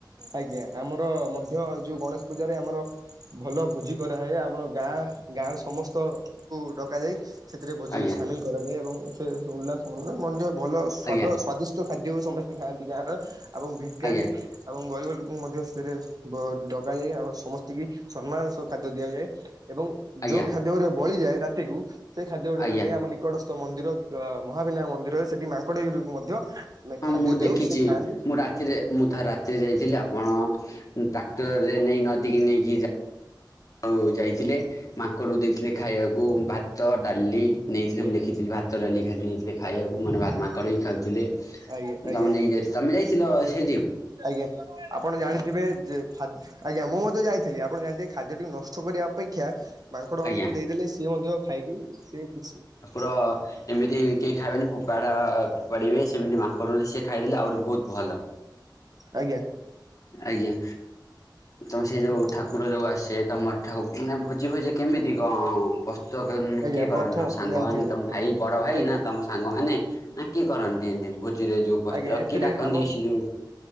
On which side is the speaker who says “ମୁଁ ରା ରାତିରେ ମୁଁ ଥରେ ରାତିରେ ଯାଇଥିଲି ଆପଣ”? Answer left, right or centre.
Left